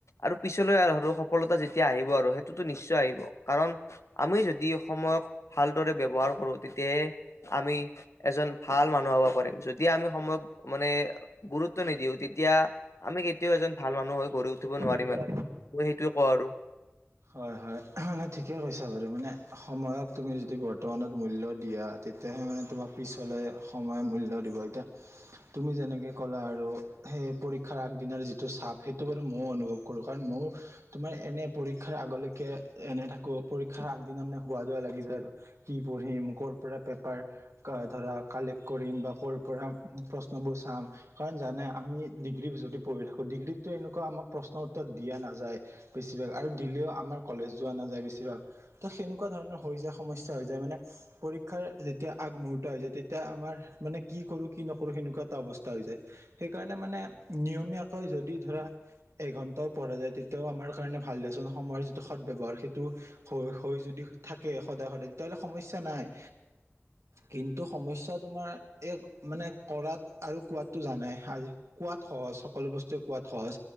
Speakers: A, on the left (about 75°); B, on the right (about 85°).
A: আৰু পিছলৈ আৰু সফলতা যেতিয়া আহিব আৰু সেইটোতো নিশ্চয় আহিব, কাৰণ আমি যদি সময়ক দৰে ব্যৱহাৰ কৰো তেতিয়াহে আমি এজন ভাল মানুহ হব পাৰিম, যদি আমি সময়ক মানে গুৰুত্ব নিদিও তেতিয়া আমি কেতিয়াও এজন ভাল মানুহ হৈ গৌৰ উঠিব
B: কৰিব
A: নোৱাৰিম
B: নোৱাৰিবা
A: আৰু মই সেইটোৱে কওঁ আৰু।
B: হয় হয়, মানে ঠিকে কৈছা বাৰু মানে সময়ক তুমি যদি বৰ্তমানত মূল্য দিয়া তেতিয়াহে মানে তোমাক পিছলৈ সময়ে মূল্য দিব, এতিয়া তুমি যেনেকে ক'লা আৰু সেই পৰীক্ষাৰ আগদিনাৰ যিটো চাপ সেইটো বাৰু ময়ো অনুভৱ কৰোঁ, কাৰণ মও তোমাৰ এনে পৰীক্ষাৰ আগলৈকে এনে থাকো পৰি আগদিনা মানে হোৱা দোৱা লাগি যায়, কি পঢ়িম ক'ৰ পৰা পেপাৰ ধৰা কালেক্ট কৰিম বা ক'ৰ পৰা প্ৰশ্নবোৰ চাম। কাৰণ জানাই আমি ডিগ্ৰী যদি পঢ়ি থাকো ডিগ্ৰীতটো এনেকুৱামাক প্ৰশ্ন উত্তৰ দিয়া নাযায় বেছিভাগ আৰু দিলেও আমাৰ কলেজ যোৱা নাযায় বেছিভাগ তো সেনেকুৱা ধৰণৰ হৈ যায় সমস্যা হৈ যায় মানে পৰীক্ষাৰ যেতিয়া আগমুহুৰ্ত আহিছে তেতিয়া আমাৰ মানে কি কৰো কি নকৰো সেনেকুৱা এটা অৱস্থা হৈ যায় সেইকাৰণে মানে নিয়মীয়াকৈ যদি ধৰা এঘন্টাও পঢ়া যায় তেতিয়াও আমাৰ কাৰণে ভাল দদিয়াচোন সময়ৰ যিটো সদব্যৱহাৰ সেইটো হৈ হৈ যদি থাকে সদায় সদায় তেতিয়াহলে সমস্যা নাই কিন্তু সমস্যা তোমাৰ এক মানে কৰাত আৰু কোৱাতো জানাই কোৱাত সহজ সকলো বস্তুৱে কোৱাত সহজ